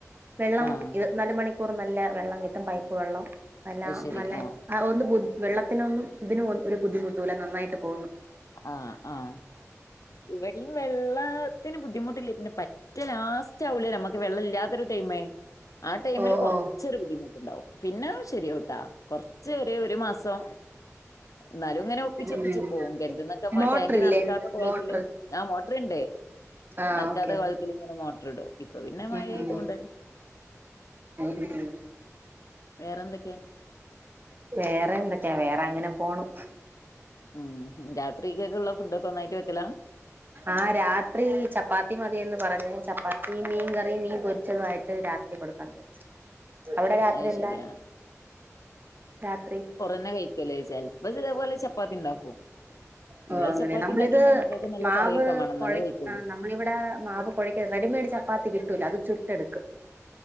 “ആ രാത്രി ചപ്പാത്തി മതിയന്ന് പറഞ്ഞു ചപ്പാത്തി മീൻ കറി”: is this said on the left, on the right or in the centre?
Right